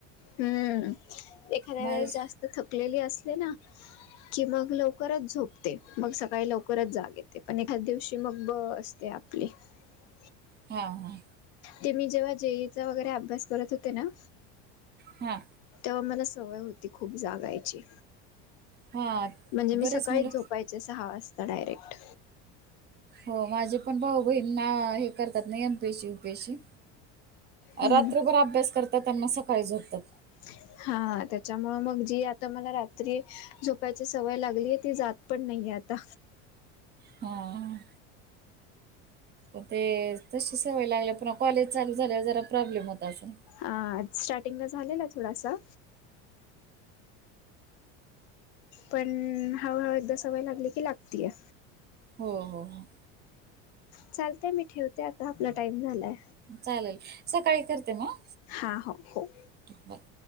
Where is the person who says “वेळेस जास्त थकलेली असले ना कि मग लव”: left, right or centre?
Left